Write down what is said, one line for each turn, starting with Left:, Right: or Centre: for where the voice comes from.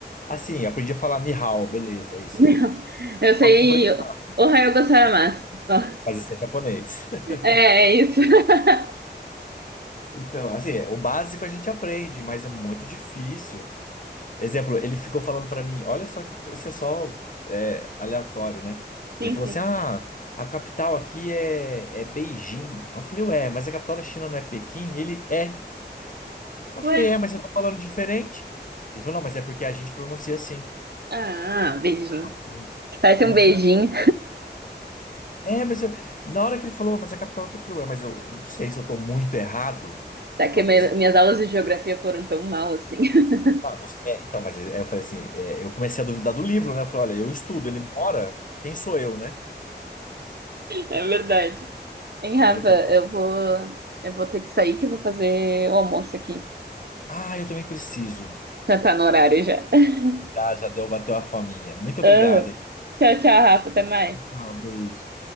Left: assim, aprendi a falar ni hao, beleza, é isso.
Right: Não, Eu sei
Left: Pra cumprimentar,
Right: Ohayou gozaimasu. Ó,
Left: mas isso é japonês. <laughs>
Right: É, é isso. <laughs>
Left: Então, assim, é, o básico a gente aprende, mas é muito difícil. Exemplo, ele ficou falando pra mim, olha só que isso é só é, aleatório, né? Ele
Right: Sim,
Left: falou
Right: sim.
Left: assim: ah, a capital aqui é, é Beijing. Aí Eu falei, ué, mas a capital da China não é Pequim? Ele é. Eu
Right: Ué?
Left: falei, é, mas você tá falando diferente? Ele falou, não, mas é porque a gente pronuncia assim.
Right: Ah, beijinho.
Left: Aí eu falei,
Right: Parece
Left: Aí
Right: um
Left: eu
Right: beijinho.
Left: falei, é, mas eu... na hora que ele falou, mas a capital aqui, eu falei, ué, mas eu não sei se eu tô muito errado.
Right: Tá
Left: Talvez.
Right: que me- minhas aulas de geografia foram tão mal assim. <laughs>
Left: Ah, não sei. É, então, mas é, eu falei assim, é, eu comecei a duvidar do livro, né? Eu falei, olha, eu estudo, ele mora, quem sou eu, né?
Right: É verdade. Hein,
Left: Aí
Right: Rafa,
Left: eu falei,
Right: eu vou, eu vou ter que sair que eu vou fazer o almoço aqui.
Left: Ah, eu também preciso.
Right: Já tá no horário já. <laughs>
Left: Tá, já deu, bateu a fominha. Muito obrigado.
Right: Ah, tchau, tchau, Rafa. Até mais.
Left: Ah, beijo.